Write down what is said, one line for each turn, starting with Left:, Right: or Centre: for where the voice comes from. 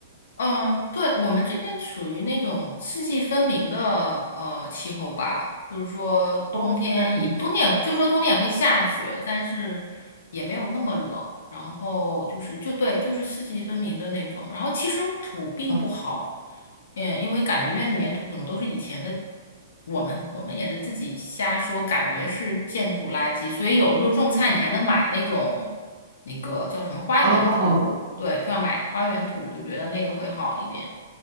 Left: 嗯，对，我们这边属于那种四季分明的呃气候吧，就是说冬天也冬天也就说冬天也会下雪，
Right: 哦，那挺好
Left: 但是也没有那么冷。然后就是就对，就是四季分明的那种。然后其实土并不好。
Right: 的。
Left: 嗯，因为感觉院子里面土可能都是以前的，我们我们也是自己瞎说，感觉是建筑垃圾，所以有的时候种菜你还能买那种那个叫什么花园土，
Right: 哦，
Left: 对，就要买花园土，就觉得那个会好一点。